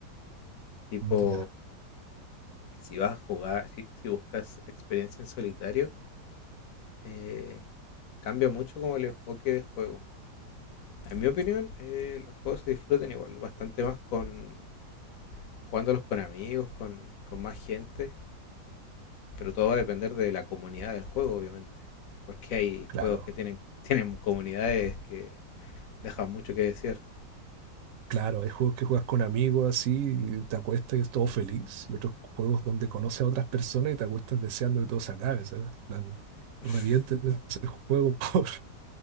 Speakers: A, on the left; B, on the right.
A: Tipo,
B: Ya,
A: si vas a jugar, si, si buscas experiencia en solitario, eh, cambia mucho como el enfoque de juego. En mi opinión, eh, los juegos se disfrutan igual, bastante más con jugándolos con amigos, con, con más gente, pero todo va a depender de la comunidad del juego, obviamente, porque hay
B: claro.
A: juegos que tienen, <laughs> tienen comunidades que dejan mucho que decir.
B: Claro, hay juegos que juegas con amigos así, y te acuestas y es todo feliz, y otros juegos donde conoces a otras personas y te acuestas deseando que todo se acabe, ¿sabes? En Plan,
A: <laughs>
B: revienten ese juego, <laughs> por favor.